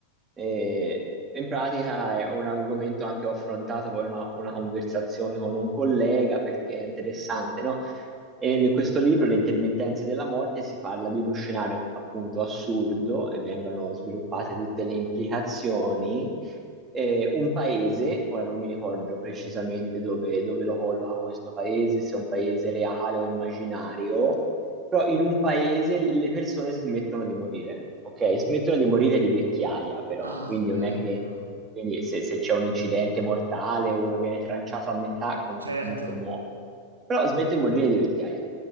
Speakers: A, on the right; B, on the right.
A: E in pratica è un argomento anche che ho affrontato poi in una, una conversazione con un collega perché è interessante, no? E in questo libro, Le intermittenze della morte, si parla di uno scenario appunto assurdo e vengono sviluppate tutte le implicazioni eh, un paese, ora non mi ricordo precisamente dove, dove lo colloca questo paese, se è un paese reale o immaginario, però in un paese le persone smettono di morire, ok? Smettono di morire di vecchiaia, però,
B: Ah,
A: quindi
B: bello.
A: non è che quindi se, se c'è un incidente mortale o uno viene tranciato a metà, con-
B: Certo.
A: comunque muore però Smetto di morire di vecchiaia.